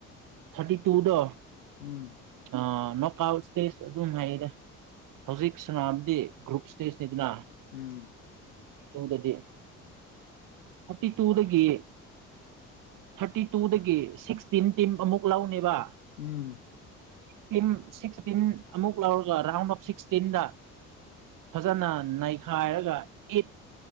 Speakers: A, on the right (about 50°); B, on the left (about 80°).
A: ꯊꯥꯔꯇꯤ ꯇꯨꯗꯣ
B: ꯎꯝ
A: ꯑꯥ ꯅꯣꯛ ꯑꯥꯎꯠ ꯁ꯭ꯇꯦꯖ ꯑꯗꯨꯝ ꯍꯥꯏꯌꯦꯗ ꯍꯧꯖꯤꯛ ꯁꯅꯥꯕꯗꯤ ꯒ꯭ꯔꯨꯞ ꯁ꯭ꯇꯦꯖꯅꯤꯗꯅ
B: ꯎꯝ
A: ꯇꯨꯗꯗꯤ ꯊꯔꯇꯤ ꯇꯨꯗꯒꯤ ꯊꯔꯇꯤ ꯇꯨꯗꯒꯤ ꯁꯤꯛꯁꯇꯤꯟ ꯇꯤꯝ ꯑꯃꯨꯛ ꯂꯧꯅꯦꯕ
B: ꯎꯝ
A: ꯇꯤꯝ ꯁꯤꯛꯁꯇꯤꯟ ꯑꯃꯨꯛ ꯂꯧꯔꯒ ꯔꯥꯎꯟ ꯑꯣꯞ ꯁꯤꯛꯁꯇꯤꯟꯗ ꯐꯖꯟꯅ ꯅꯩꯈꯥꯏꯔꯒ ꯏꯠ